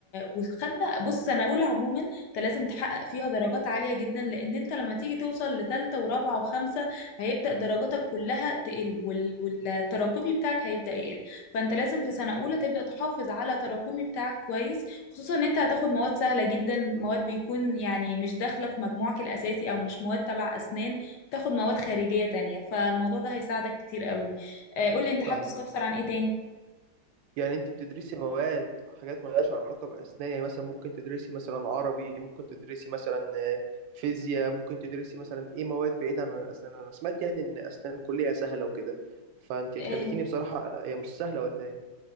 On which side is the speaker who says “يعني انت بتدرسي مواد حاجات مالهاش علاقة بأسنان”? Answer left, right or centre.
Right